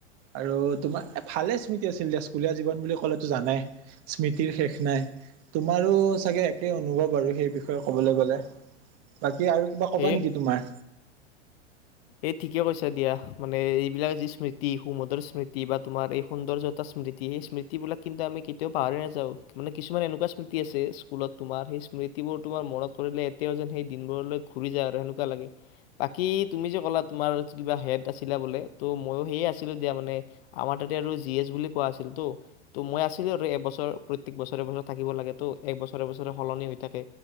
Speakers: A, on the right (about 40°); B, on the left (about 55°).
A: আৰু তোমাৰ ভালে স্মৃতি আছিল। দ সকুলীয়া জীৱন বুলি ক'লেতো জানাই স্মৃতিৰ শেষ নাই তোমাৰো চাগে একে অনুভৱ আৰু সেই বিষয়ে ক গ'লে গ'লে বাকী আৰু কিবা ক'বা
B: এ
A: নেকি তোমাৰ
B: এই ঠিকে কৈছা দিয়া মানে এইবিলাক যি স্মৃতি সুমদৰ স্মৃতি বা তোমাৰ এই সৌন্দৰ্যতা স্মৃতি সেই স্মৃতি বিলাক কিন্তু আমি কেতিয়াও পাহৰি নাযাও মানে কিছুমান এনেকুৱা স্মৃতি আছে স্কুলত তোমাৰ সেই স্মৃতিবোৰ তমাৰ মনত কৰিলে এতিয়াও যেন সেই দিনবোৰলৈ ঘুৰি যায় আৰু সনেকুৱা লাগে বাকী তুমি যে ক'লা তোমাৰ কিবা হেড আছিলা বোলে ত' মইো সেয়ে আছিলো দিয়া মানে আমাৰ তাতে আৰু জি এছ বুলি কোৱা আছিল তো ত' মই আছিলো আৰু এবছৰ প্ৰত্য়েক বছৰে বছৰত থাকিব লাগে তো এক বছৰে বছৰে সলনি হৈ থাকে